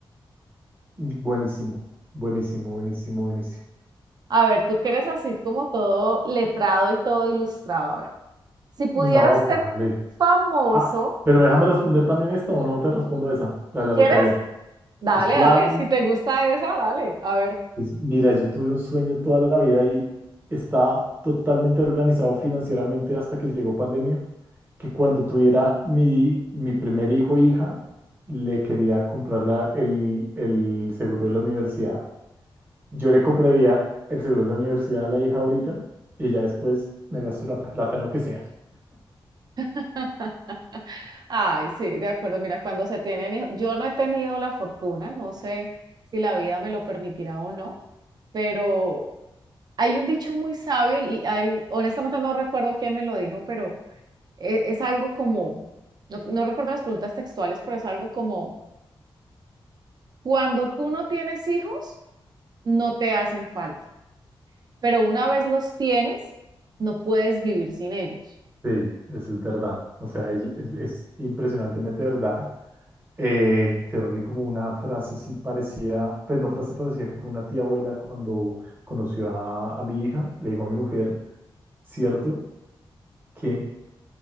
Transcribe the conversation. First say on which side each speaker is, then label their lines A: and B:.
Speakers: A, on the right; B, on the right.
A: Buenísimo, buenísimo, buenísimo, buenísimo.
B: A ver, tú que eres así como todo letrado y todo ilustrado, a ver, si pudieras
A: No,
B: ser
A: ¿cuál?
B: famoso,
A: Ah, pero déjame responder también esto o no te respondo esa, la de la
B: ¿quieres
A: lotería.
B: Dale,
A: Pues claro,
B: dale, si te gusta esa, dale, a ver.
A: pues mira, yo tuve un sueño toda la vida y estaba totalmente organizado financieramente hasta que llegó pandemia, que cuando tuviera mi, mi primer hijo o hija, le quería comprar la- el, el seguro de la universidad. Yo le compraría el seguro de la universidad a la hija ahorita y ya después me gasto la plata en lo que sea.
B: <laughs> Ay, sí, de acuerdo. Mira, cuando se tienen hijos, yo no he tenido la fortuna, no sé si la vida me lo permitirá o no, pero hay un dicho muy sabio y hay, honestamente no recuerdo quién me lo dijo, pero e- es, algo como, no, no recuerdo las preguntas textuales, pero es algo como, cuando tú no tienes hijos, no te hacen falta, pero una vez los tienes, no puedes vivir sin ellos.
A: Sí, eso es verdad. O sea, ello-
B: De
A: es impresionantemente verdad. Eh, te doy como una frase así parecida, pues no frase parecida, que fue una tía abuela cuando conoció a, a mi hija, le dijo a mi mujer, cierto, que